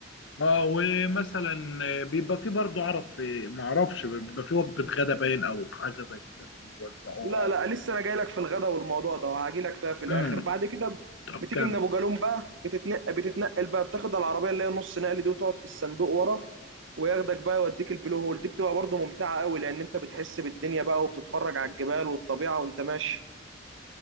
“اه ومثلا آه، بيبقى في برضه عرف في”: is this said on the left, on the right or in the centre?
Left